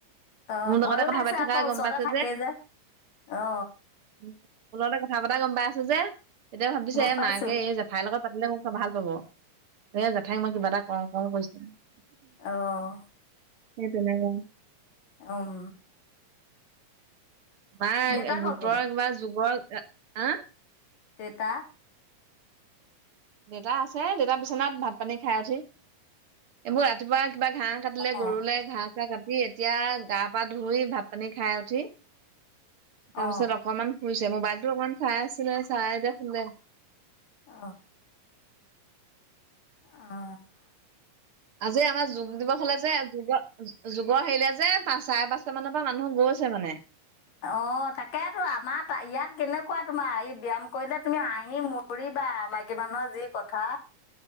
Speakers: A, on the left; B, on the right.
A: অ',
B: মোৰ লগতে
A: ভয়ো
B: কথা
A: খাইছে
B: পাতি থকা
A: আকৌ
B: গম
A: ওচৰতে
B: পাইছে
A: থাকেই যে। অ'।
B: মোৰ লগতে কথা পতা গম পাই আছে যে। তেতিয়া ভাবিছে
A: গম
B: এ
A: পাইছো
B: মাকে এই জেঠাইৰ লগত পাতিলে মোক ভাল পাব। এ জেঠাইক মই কিবা এটা কওঁ কওঁ কৈছ উম।
A: অ'।
B: সেই তেনেকোৱা।
A: উম।
B: মাৰ
A: দেউতা
B: গোটৰক
A: ক'ত গ'ল
B: বা যুগৰ ৰা আহ।
A: তেতা
B: দেউতা আছে দেউতা বিচনাত ভাত পানী খাই উঠি। এইবোৰ ৰাতিপুৱা কিবা ঘাঁহ কাটিলে
A: অঁ
B: গৰুলে ঘাঁহ চাহ কাটি এতিয়া গা-পা ধুই ভাত পানী খাই উঠি তাৰ
A: অঁ
B: পিছত অকনমান শুইছে। মোবাইল টো অকনমান চাই আছিলে চাই এতিয়া শুলে।
A: অ। অ'।
B: আজি আমাৰ যোগ দিৱস হলে যে যোগৰ যোগৰ হেৰিলে যে চাৰে পাঁচটা মানৰ পৰা মানুহ গৈছে ছে মানে।
A: অঁ তাকেইেতো আমাৰ ইয়াত কেনেকা কোৱা তোমাৰ ই ব্যায়াম কৰিলে তুমি হাঁহি - হাঁহি মৰিবা, মাইকী মানুহৰ যি কথা।